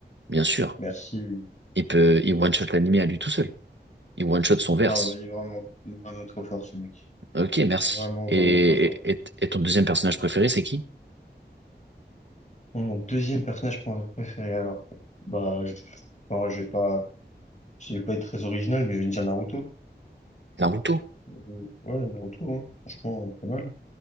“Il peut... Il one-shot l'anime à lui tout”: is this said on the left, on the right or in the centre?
Right